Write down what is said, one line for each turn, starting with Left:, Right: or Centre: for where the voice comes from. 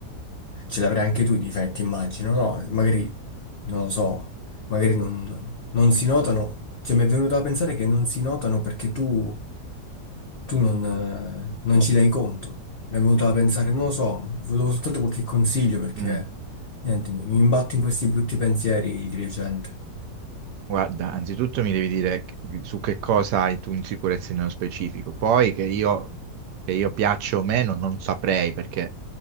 Left: Ce l'avrai anche tu i difetti, immagino, no? Magari, non lo so, magari non, non si notano. Cioè, mi è venuto a pensare che non si notano perché tu tu non, eh, non ci dai conto. Mi è venuto da pensare, non lo so, volevo soltanto qualche consiglio perché,
Right: mm.
Left: niente, mi, mi imbatto in questi brutti pensieri di recente.
Right: Guarda, anzitutto mi devi dire che- su che cosa hai tu insicurezze nello specifico, poi che io, che io piaccia o meno non saprei perché